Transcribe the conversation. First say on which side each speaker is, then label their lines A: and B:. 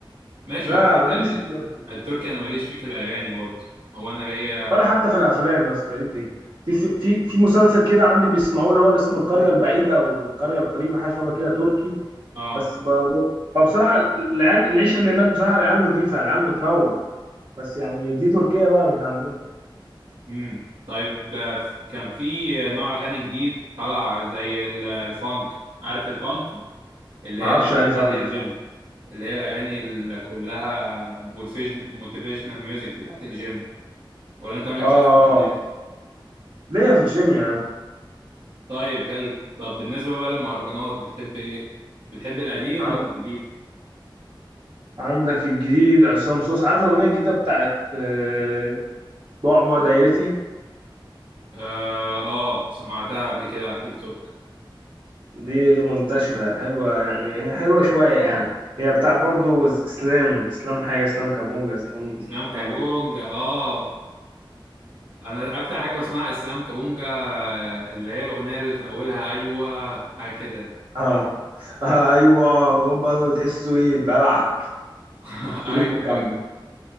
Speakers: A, on the right; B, on the right.
A: ماشي
B: لا
A: هو كده
B: ما بحبش
A: كده
B: التركي
A: التركي انا ماليش فيه في الاغاني برضه هو انا ليا
B: ولا حتى في الافلام يا اسطى ايه دي في في في في مسلسل كده عندي بيسمعوه اللي هو اللي اسمه القريه البعيده او القريه القريبه حاجه شبه كده تركي
A: اه
B: بس ب... فبصراحه العيال العيشه اللي هناك بصراحه العيال نظيفه يعني العيال بتنور بس يعني دي تركيا بقى مش عندنا
A: امم طيب آه، كان في نوع اغاني جديد طلع زي ال- الفانك عارف الفانك اللي
B: ما
A: هي
B: اعرفش
A: الاغاني
B: يعني
A: بتاعت
B: إيه فهمت
A: الجيم
B: صح
A: اللي هي الاغاني اللي كلها موتيفيشن موتيفيشنال ميوزك بتاعت الجيم ولا انت مالكش
B: اه
A: اصلا في الجيم
B: ليه في الجيم يعني
A: طيب حلو طب بالنسبة بقى للمهرجانات بتحب ايه؟ بتحب القديم
B: عن-
A: ولا الجديد؟
B: عندك الجديد عصام صوص عارف الاغنيه الجديده بتاعت آه، بعبع دايرتي
A: اه, آه سمعتها قبل كده على التيك توك
B: دي منتشرة حلوة يعني هي حلوة شوية يعني هي بتاع برضو اسلام اسلام حاجة اسلام كابونجا اسلام
A: اسلام كابونجا
B: حاجة كده
A: اه انا اكتر حاجة بسمعها اسلام كابونجا آه، اللي هي الاغنية اللي في اولها ايوه حاجة كده
B: اه, آه ايوه هم بقى بتحسوا ايه بلع
A: <laughs>
B: شريط
A: ايوه
B: وكمل
A: ايوه